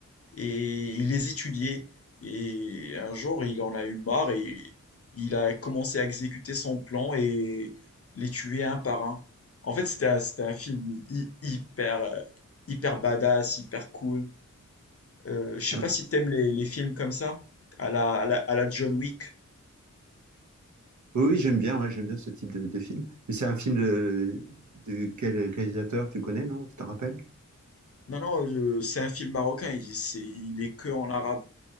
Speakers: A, on the left (about 50°); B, on the right (about 65°).
A: et il les étudiait. Et un jour, il en a eu marre et il a commencé à exécuter son plan et les tuer un par un. En fait, c'était un, c'était un film hy- hyper, euh, hyper badass, hyper cool. Euh, je sais
B: Hein
A: pas si t'aimes les, les films comme ça, à la, à la, à la John Wick.
B: oui, oui, j'aime bien. ouais, j'aime bien ce type de, de film. Mais c'est un film de, de quel réalisateur tu connais, non? Tu t'en rappelles?
A: Non, non, euh, c'est un film marocain, il, c'est, il est que en arabe.